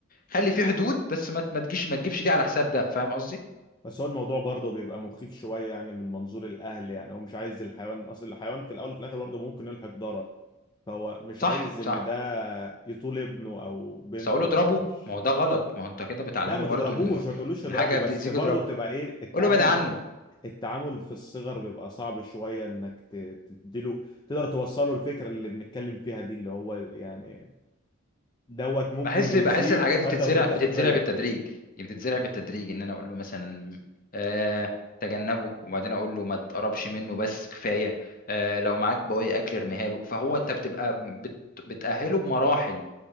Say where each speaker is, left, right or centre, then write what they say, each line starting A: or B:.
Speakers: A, on the left; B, on the left.
A: خلي في حدود بس ما ت- ما تجيش ما تجيبش دي على حساب ده فاهم قصدي
B: بس هو الموضوع برضه بيبقى مخيف شوية يعني من منظور الأهل يعني هو مش عايز الحيوان أصل الحيوان في الأول وفي الآخر برضه ممكن يلحق ضرر فهو مش
A: صح
B: عايز
A: صح
B: إن ده يطول ابنه أو بنته
A: بس اقول له اضربه
B: يعني مش
A: ما هو ده غلط ما هو انت كده بتعلمه
B: لا ما
A: برضو
B: تضربوش
A: انه
B: ما تقولوش يضربه
A: ان حاجه
B: بس
A: بتاذيك
B: برضه
A: اضربه
B: بتبقى إيه التعامل
A: قول له ابعد عنه
B: التعامل في الصغر بيبقى صعب شوية إنك ت- تديله تقدر توصله الفكرة اللي بنتكلم فيها دي اللي هو يعني دوت ممكن
A: بحس
B: يأذيك
A: بحس الحاجات دي
B: فأنت
A: بتتزرع
B: المفروض
A: بتتزرع
B: تاخد بالك
A: بالتدريج يعني بتتزرع بالتدريج ان انا اقول له مثلا آه تجنبه وبعدين اقول له ما تقربش منه بس كفايه آه لو معاك بواقي اكل ارميها له فهو انت بتبقى بت بتاهله بمراحل